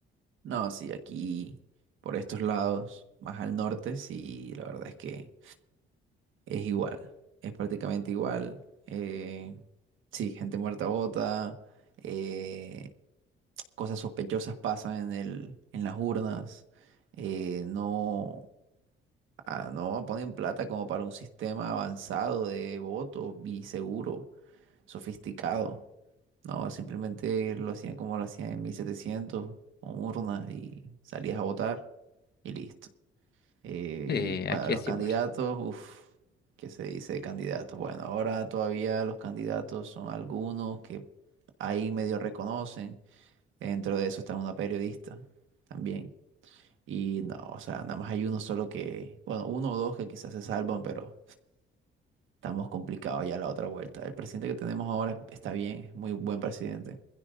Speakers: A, on the right; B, on the left.
A: No, sí, aquí por estos lados, más al norte, sí, la verdad es que es igual. Es prácticamente igual. Eh, sí, gente muerta bota, eh, cosas sospechosas pasan en el, en las urnas. eh, no, ah, no ponen plata como para un sistema avanzado de voto y seguro, sofisticado. No, simplemente lo hacían como lo hacían en mil setecientos con urnas y salías a votar y listo. Eh,
B: Sí,
A: y bueno
B: aquí
A: los
B: es
A: candidatos,
B: igual.
A: uff, ¿qué se dice de candidatos? Bueno, ahora todavía los candidatos son algunos que ahí medio reconocen. Dentro de eso está una periodista también. Y no, o sea, nada más hay uno solo que, bueno, uno o dos que quizás se salvan, pero estamos complicados ya la otra vuelta. El presidente que tenemos ahora está bien, es muy buen presidente,